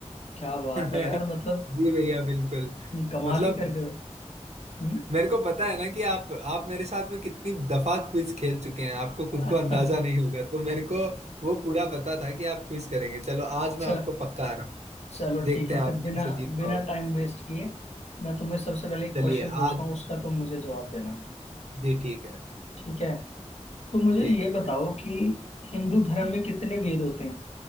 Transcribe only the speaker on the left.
क्या
बात है यार मतलब
कमाल
ही कर गए हो। हम्म,
<laughs>
चल
चलो
ठीक है
फिर
बिना
बिना
टाइम वेस्ट किए मैं तुम्हें सबसे पहले एक
क्वेश्चन पूछता
हूँ उसका तुम मुझे जवाब देना
ठीक है तो मुझे
ये
बताओ कि हिंदू धर्म में कितने वेद होते हैं